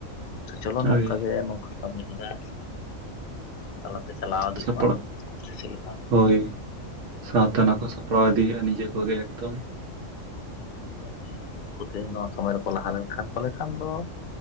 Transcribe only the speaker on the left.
ᱛᱚ ᱪᱚᱞᱚ ᱱᱚᱝᱠᱟ
ᱜᱮ ᱱᱚᱝᱠᱟ ᱠᱟᱹᱢᱤ ᱦᱚᱨᱟ ᱛᱟᱞᱟᱛᱮ ᱪᱟᱞᱟᱣ ᱤᱫᱤᱜ
ᱢᱟ ᱥᱮ ᱪᱮᱫ ᱞᱮᱠᱟ?
ᱟᱠᱚ ᱠᱚ ᱛᱮᱦᱮᱧ ᱱᱚᱣᱟ ᱠᱟᱹᱢᱤ ᱨᱮᱠᱚ ᱞᱟᱦᱟ ᱞᱮᱱᱠᱷᱟᱱ ᱯᱟᱞᱮ ᱠᱷᱟᱱ ᱫᱚ